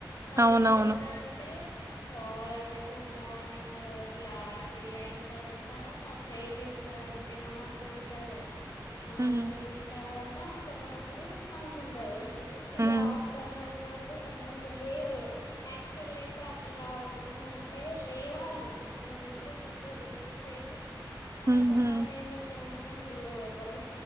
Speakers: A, on the left; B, on the right.
A: వాళ్ళు
B: అవునవును.
A: ఏం చేస్తారంటే చాలాసేపు మార్నింగ్ ఇట్లా అది అయిన తర్వాత ప్రే చేస్తారు అంటే నమోజ్ చదువుతారు కదా నమాస్
B: హ్మ్.
A: చదివిన తర్వాత అ కొంతమంది పడుకుంటారు ఇక
B: హ్మ్.
A: ఆఫ్టర్నూన్ వరకు ఎ కొంతమంది లేరు యాక్చువల్ అయితే అట్లా ఉ అంటే లేవాలి అట్లా నిద్రపోకూడదు ఎక్కువసేపు కానీ
B: హుహు.
A: కొంతమంది ఏం చేస్తారంటే చం్ర పోతారు